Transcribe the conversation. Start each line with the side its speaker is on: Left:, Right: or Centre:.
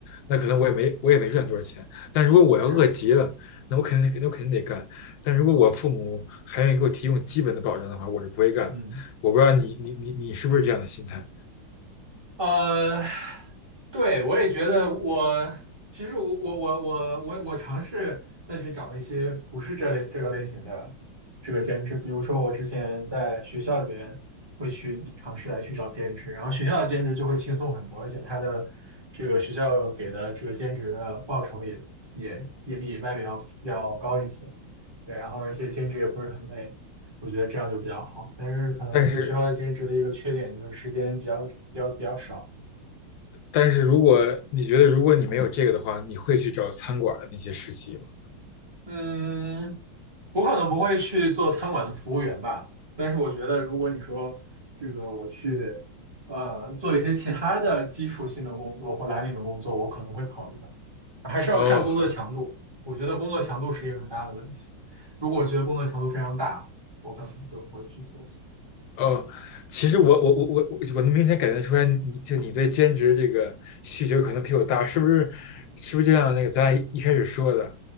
Left: 那可能我也没我也没赚多少钱，但如果我要饿极了，
Right: 是啊，
Left: 那我肯定那我肯定得干，但如果我父母还愿意给我提供基本的保障的话，我是不会干的。
Right: 嗯。
Left: 我不知道你你你你是不是这样的心态，
Right: 呃，对，我也觉得我，其实我我我我我我尝试再去找一些不是这类这个类型的这个兼职，比如说我之前在学校里边会去尝试来去找兼职，然后学校的兼职就会轻松很多，而且它的这个学校给的这个兼职的报酬也也也比外面要要高一些，对，然后而且兼职也不是很累。我觉得这样就比较好。但是可能这个学校的兼职的一个缺点就是时间比较比较比较少。
Left: 但是但是如果你觉得如果你没有这个的话，你会去找餐馆的那些实习吗？
Right: 嗯，我可能不会去做餐馆的服务员吧，但是我觉得如果你说这个我去呃做一些其他的基础性的工作或蓝领的工作，我可能会考虑吧。还是要看工作强度。
Left: 哦，好，
Right: 我觉得工作强度是一个很大的问题。如果我觉得工作强度非常大，我可能就不会去做。
Left: 哦，其实我我我我我我能明显感觉出来你，你就你对兼职这个需求可能比我大，是不是？是不是就像那个咱俩一开始说的，